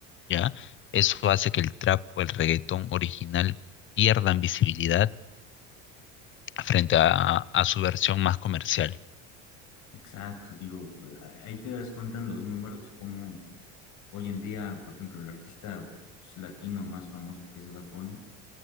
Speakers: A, on the left; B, on the left.
A: ¿ya? Eso hace que el trap o el reggaetón original pierdan visibilidad frente a, a su versión más comercial.
B: Exacto, digo, ahí te das cuenta en los números cómo, Hoy en día, por ejemplo, el artista pues, latino más famoso que es Bad Bunny,